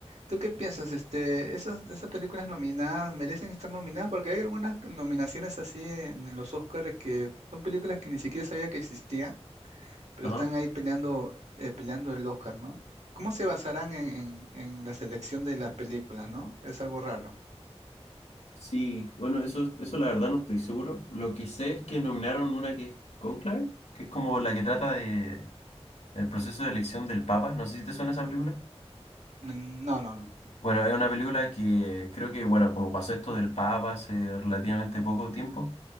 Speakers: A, on the right (about 85°); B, on the left (about 85°).
A: ¿Tú qué piensas? Este, esas, esas películas nominadas merecen estar nominadas porque hay algunas nominaciones así en, en los Oscars que son películas que ni siquiera sabía que existían, pero
B: Ajá.
A: están ahí peleando, eh, peleando el Oscar, ¿no? ¿Cómo se basarán en, en- en la selección de las películas, ¿no? Es algo raro.
B: Sí, bueno, eso, eso la verdad no estoy seguro. Lo que sé es que nominaron una que es Conclave, que es como la que trata de, el proceso de elección del Papa. No sé si te suena esa película.
A: Mm, No, no, no.
B: Bueno, es una película que creo que, bueno, como pasó esto del Papa hace relativamente poco tiempo,